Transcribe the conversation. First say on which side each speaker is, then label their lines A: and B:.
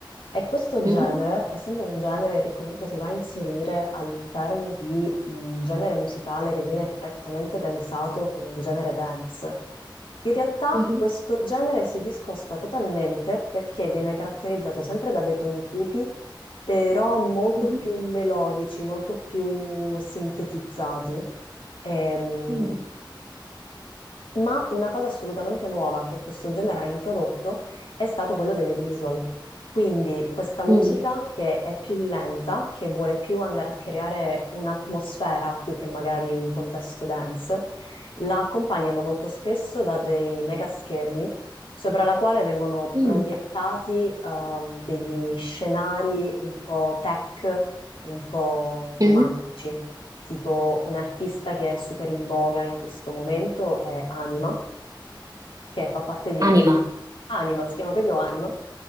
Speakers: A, on the left (about 80°); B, on the right (about 45°).
A: E questo
B: Mhm.
A: genere, essendo un genere che comunque si va a inserire all'interno di un genere musicale che viene prettamente pensato come un genere dance, in realtà
B: Mhm.
A: questo genere si discosta totalmente perché viene caratterizzato sempre da dei toni cupi però molto
B: Mhm.
A: più melodici, molto più sintetizzati. Ehm,
B: Mm.
A: ma una cosa assolutamente nuova che questo genere ha introdotto è stato quello delle visual. Quindi questa musica
B: Mm.
A: che è più lenta, che vuole più andare a creare un'atmosfera più che magari un contesto dance, la accompagnano molto spesso da dei mega schermi sopra la quale vengono
B: Mm.
A: proiettati ehm, degli scenari un po' tech, un po'
B: Mhm.
A: romantici. Tipo un artista che è super in voga in questo momento è Anima, che fa parte di
B: Anima.
A: Anima, si chiama proprio Anima,